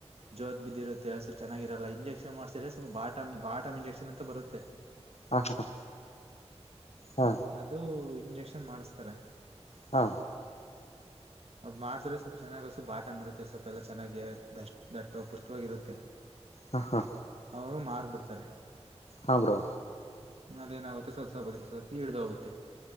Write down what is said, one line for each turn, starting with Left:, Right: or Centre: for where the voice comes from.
Right: ಜೋತ್ ಬಿದ್ದಿರುತ್ತೆ ಹಸು ಚೆನ್ನಾಗಿರಲ್ಲ ಇಂಜೆಕ್ಷನ್ ಮಾಡಸಿದ್ರೆ ಸ್ವಲ್ ಬಾಟಂ ಬಾಟಂ ಇಂಜೆಕ್ಷನ್ ಅಂತ ಬರುತ್ತೆ.
Left: ಹಾ ಹಾ ಹಾ
Right: ಅದೂ ಇಂಜೆಕ್ಷನ್ ಮಾಡಿಸತಾರೆ.
Left: ಹಾ.
Right: ಅದ್ ಮಾಡಿದ್ರೆ ಸ್ವಲ್ಪ ಚೆನ್ನಾಗ ಬಾತಂಬ ಬಿಡುತ್ತೆ ಸ್ವಲ್ಪ ಎಲ್ಲ ಚನ್ನಾಗಾಗಿ ದ ದಟ್ಟ ಪುಷ್ಟವಾಗಿರುತ್ತೆ.
Left: ಹಾ ಹಾ
Right: ಅವಾಗ ಮಾರ್ಬಿಡ್ತಾರೆ
Left: ಹಾ ಬ್ರೋ
Right: ಅದೇನಾಗುತ್ತೆ ಸ್ವಲ್ಪ ಸ್ವಲ್ಪ ಸ್ವಲ್ ಇಳದೋಗುತ್ತೆ.